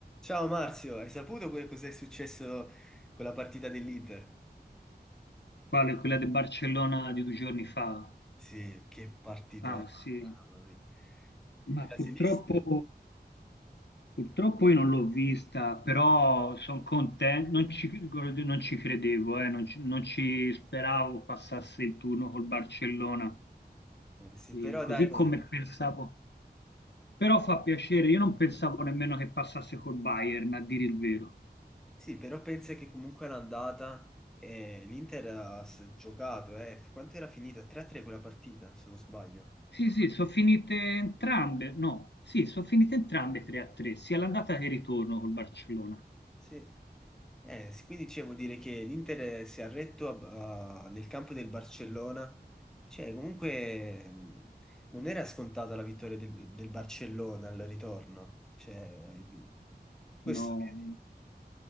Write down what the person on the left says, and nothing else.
Quale? Quella di Barcellona di due giorni fa?
Ah sì,
ma
purtroppo,
purtroppo io non l'ho vista, però sono contento, non ci, non ci credevo, eh, non ci, non ci speravo passasse il turno col Barcellona,
E
così
come
pensavo. Però fa piacere, io non pensavo nemmeno che passasse col Bayern, a dire il vero.
Sì, sì, sono finite entrambe, no, sì, sono finite entrambe 3 a 3, sia l'andata che il ritorno col Barcellona.
No,